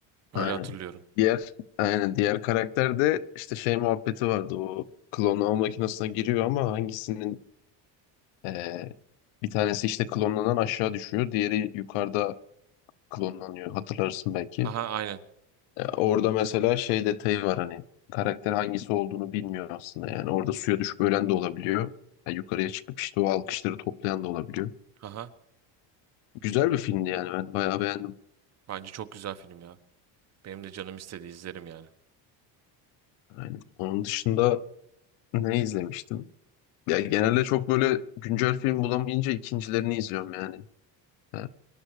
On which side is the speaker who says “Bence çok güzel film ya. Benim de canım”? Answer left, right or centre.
Right